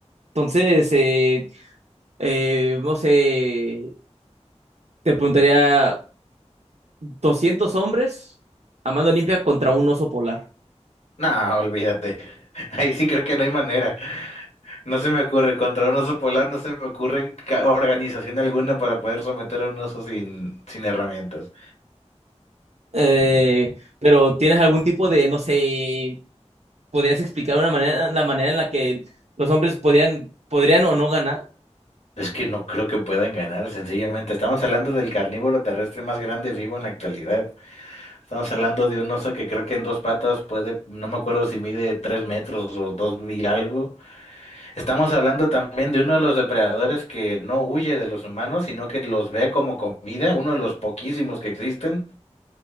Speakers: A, on the right (about 65°); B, on the left (about 65°).
A: Entonces, eh, eh, no sé, te preguntaría... 200 hombres a mano limpia contra un oso polar.
B: No, olvídate. <laughs> Ahí sí creo que no hay manera. No se me ocurre, contra un oso polar no se me ocurre ca- organización alguna para poder someter a un oso sin, sin herramientas.
A: Eh, pero ¿tienes algún tipo de, no sé, podrías explicar una manera, la manera en la que los hombres podrían, podrían o no ganar?
B: Es que no creo que puedan ganar, sencillamente. Estamos hablando del carnívoro terrestre más grande vivo en la actualidad. Estamos hablando de un oso que creo que en dos patas puede, no me acuerdo si mide tres metros o dos y algo. Estamos hablando también de uno de los depredadores que no huye de los humanos, sino que los ve como comida, uno de los poquísimos que existen.